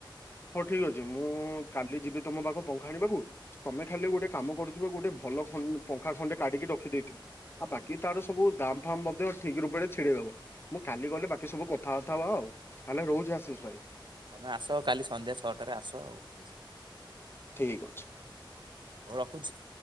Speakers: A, on the left (about 25°); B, on the right (about 65°).
A: ହଉ ଠିକ ଅଛି ମୁଁ କାଲି ଯିବି ତୁମ ପାଖକୁ ପଙ୍ଖା ଆଣିବାକୁ। ତମେ ଖାଲି ଗୋଟେ କାମ କରିଥିବ ଗୋଟେ ଭଲ ଖ ପଙ୍ଖା ଖଣ୍ଡେ କାଢିକି ରଖିଦେଇଥିବ। ଆଉ ବାକି ତାର ସବୁ ଦାମ ଫାମ ମଧ୍ୟ ଠିକ ରୂପରେ ଛିଡେଇ ଦବ। ମୁଁ କାଲି ଗଲେ ବାକି ସବୁ କଥାବାର୍ତା ହବା ଆଉ ତାହେଲେ ରହୁଛି ଆଶିଷ
B: ହଉ,
A: ଭାଇ।
B: ତମେ ଆସ କାଲି ସନ୍ଧ୍ୟା ଛଅଟାରେ ଆସ ଆଉ ମିଶିବା।
A: ଠିକ୍ ଅଛି।
B: ହଉ ରଖୁଛି।